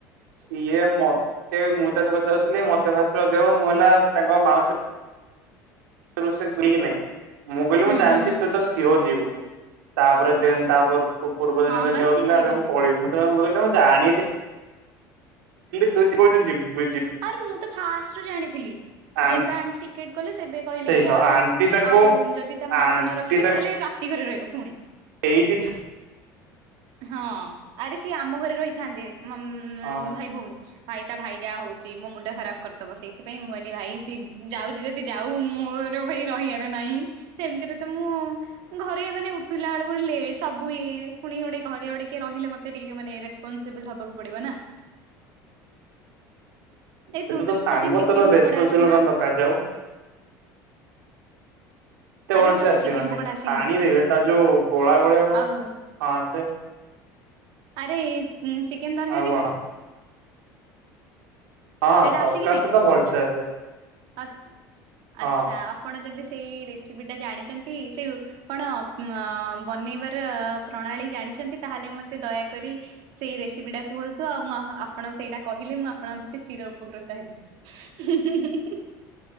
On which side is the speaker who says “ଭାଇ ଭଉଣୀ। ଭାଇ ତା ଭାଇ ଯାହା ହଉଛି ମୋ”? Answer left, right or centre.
Right